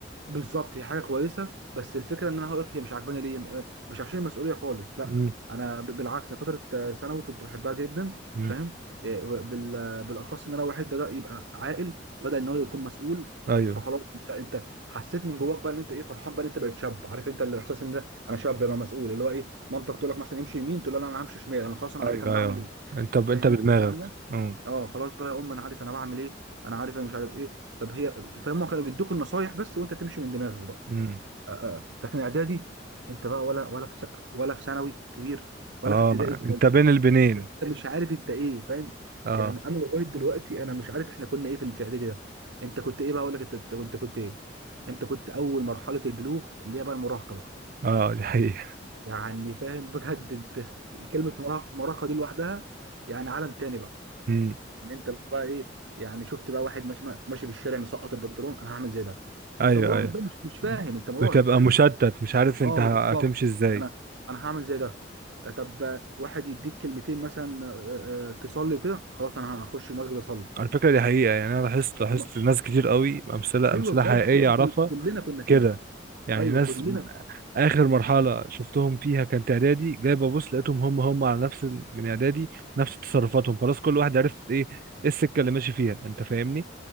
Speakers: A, on the right; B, on the right.
A: بالظبط هي حاجه كويسه بس الفكره ان انا هقول لك هي مش عاجباني ليه م- مش عشان المسؤوليه خالص لا
B: مم.
A: انا ب- بالعكس أنا فتره آه، ثانوي كنت بحبها جدا
B: مم.
A: فاهم إيه، و- بال- آه، بالاخص ان انا واحد بدا يبقى عاقل بدا ان هو يكون مسؤول
B: ايوه
A: فخلاص انت انت حسيت من جواك بقى ان انت ايه فرحان بقى ان انت بقيت شاب عارف انت الاحساس ان ده انا شاب بقى مسؤول اللي هو ايه مامتك تقول لك مثلا امشي يمين تقول لها لا انا همشي شمال انا خلاص انا
B: ايوه
A: عارف انا بعمل
B: ايوه
A: ايه
B: انت ب...
A: فاهم
B: انت بدماغك
A: انت الكلام ده
B: مم.
A: اه خلاص بقى يا ام انا عارف انا بعمل ايه انا عارف انا مش عارف ايه طب هي فهم كانوا بيدوك النصايح بس وانت تمشي من دماغك بقى
B: مم.
A: آه، آه. لكن اعدادي انت بقى ولا ولا في س... ولا في ثانوي كبير ولا
B: اه
A: في ابتدائي صغير
B: انت بين البنين
A: انت مش عارف انت ايه فاهم
B: اه
A: يعني انا لغايه دلوقتي انا مش عارف احنا كنا ايه في ال- في اعدادي ده انت كنت ايه بقى اقول لك انت انت كنت كنت ايه انت كنت اول مرحله البلوغ اللي هي بقى المراهقه بقى
B: اه <laughs> دي حقيقه
A: يعني فاهم بجد انت س- كلمه مراهقه مراهقه دي لوحدها يعني عالم تاني بقى
B: مم.
A: ان انت بقى ايه يعني شفت بقى واحد ماشي ماشي في الشارع مسقط البنطلون انا هعمل زي ده ما
B: ايوه
A: انت مراهق
B: ايوه
A: بقى مش مش فاهم انت مراهق
B: بتبقى
A: فاهم
B: مشتت مش عارف انت
A: اه
B: هتمشي
A: بالظبط
B: ازاي
A: انا انا هعمل زي ده آه، طب آه، واحد يديك كلمتين مثلا آه، آه، تصلي وكده خلاص انا هخش المسجد اصلي
B: على فكرة دي حقيقة يعني أنا لاحظت
A: آه،
B: لاحظت
A: ما-
B: ناس كتير قوي أمثلة
A: ايوه
B: أمثلة
A: بجد
B: حقيقية
A: احنا
B: أعرفها
A: كل- كلنا كنا كده
B: كده يعني
A: ايوه
B: ناس
A: كلنا
B: م- آخر مرحلة شفتهم فيها كانت إعدادي جاي ببص لقيتهم هم هم على نفس ال- من إعدادي نفس تصرفاتهم خلاص كل واحد عرف إيه إيه السكة اللي ماشي فيها أنت فاهمني